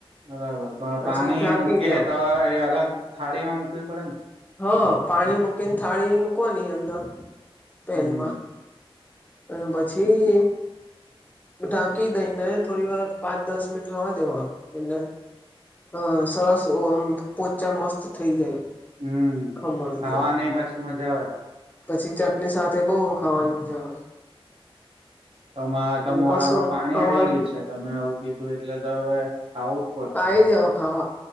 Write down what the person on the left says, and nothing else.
પછી
ઢાંકી
દેવાનું
હ પાણી મૂકીને થાળી મૂકવાની અંદર પેનમાં
અને પછી ઢાંકી દઈ ને થોડી વાર પાંચ દસ મિનિટ રવા દેવાનું એટલે હ સરસ આમ પોચા મસ્ત થઈ જાય
ખમણ
જેવા
પછી ચટણી સાથે બહ ખાવાની મજા આવે
કશું
અમારે
થઈ જાવ ખા